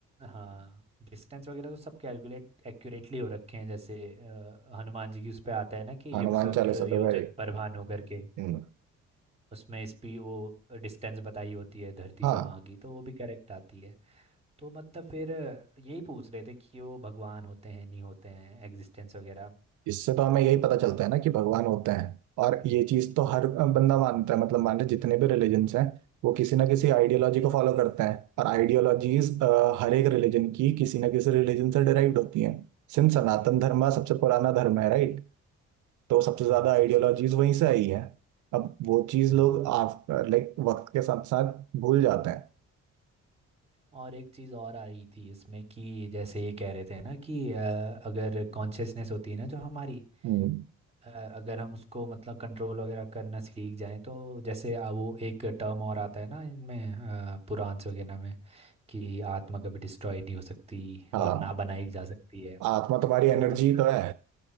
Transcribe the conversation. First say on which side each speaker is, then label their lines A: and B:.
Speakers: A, on the right; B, on the right.
A: हाँ डिस्टेंस वगैरह तो सब कैलकुलेट एक्यूरेटली हो रखे हैं जैसे अ, हनुमान जी की उस पे आता है ना कि
B: हाँ, हनुमान
A: युग सहस्त्र
B: चालीसा
A: योजन
B: पे वही
A: पर भानु करके
B: हम्म,
A: उसमें इस भी वो डिस्टेंस बताई होती है धरती
B: हाँ
A: से वहाँ की तो वो भी करेक्ट आती है तो मतलब फिर अ, यही पूछ रहे थे कि वो भगवान होते हैं नहीं होते हैं एग्जिस्टेंस वगैरह
B: इससे तो हमें यही पता चलता है ना कि भगवान होते हैं और ये चीज तो हर बंदा मानता है मतलब मान लो जितने भी रिलीजन्स हैं वो किसी ना किसी आइडियोलॉजी को फॉलो करते हैं और आइडियोलॉजीज हर एक रिलीजन की किसी ना किसी रिलीजन से डिराइव्ड होती हैं सिंस सनातन धर्म सबसे पुराना धर्म है राइट तो सबसे ज्यादा
A: हाँ सबसे
B: आइडियोलॉजीज वहीं से आई है अब वो चीज
A: हाँ
B: लोग लाइक वक्त के साथ साथ भूल जाते हैं
A: और एक चीज़ और आ रही थी इसमें कि जैसे ये कह रहे थे ना कि अ, अगर कॉन्शियसनेस होती है ना जो हमारी
B: हम्म
A: अ, अगर हम उसको मतलब कंट्रोल वगैरह करना सीख जाएं तो जैसे आ, वो एक टर्म और आता है ना इनमें अ, पुराण्स वगैरह में कि आत्मा कभी डिस्ट्रॉय नहीं हो सकती
B: हाँ
A: और ना बनाई जा सकती है
B: आत्मा तुम्हारी
A: तो
B: एनर्जी
A: मतलब
B: तो है